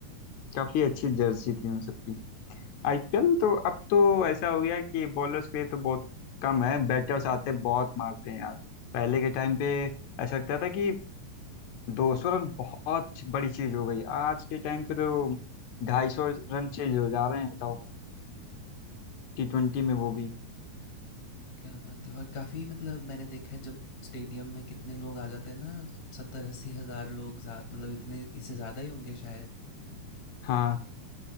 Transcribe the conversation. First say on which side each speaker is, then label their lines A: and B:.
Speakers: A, on the left; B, on the left.
A: काफी अच्छी जर्सी थी उन सबकी आईपीएल तो अब तो ऐसा हो गया कि बॉलर्स के लिए तो बहुत कम है बैटर्स आते हैं, बहुत मारते हैं यार पहले के टाइम पे ऐसा लगता था कि 200 रन बहुत बड़ी चीज हो गई आज के टाइम पे तो 250 रन चेंज हो जा रहे हैं बताओ टी ट्वेंटी में वो भी
B: क्या बात है और काफ़ी मतलब मैंने देखा है जब स्टेडियम में कितने लोग आ जाते हैं ना सत्तर अस्सी हज़ार लोग जा- मतलब इतने इससे ज़्यादा ही होंगे शायद
A: हाँ